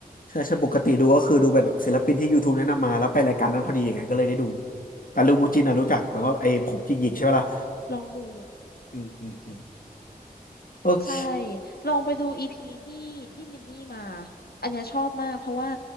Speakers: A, on the left (about 65°); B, on the left (about 85°).
A: ใช่ใช่ปกติดูก็คือดูแบบศิลปินที่ YouTube แนะนำมาแล้วไปรายการนั้นพอดีอย่างเงี้ยก็เลยได้ดูแต่ลูมูจินอ่ะรู้จักเหมือนว่าไอ้ผมจิกหยิกใช่ไหมล่ะ
B: ลองดู
A: อืมอืมอืมโอเค
B: ใช่ลองไปดูอีพีที่ที่มินนี่มาอันเนี้ยชอบมากเพราะว่า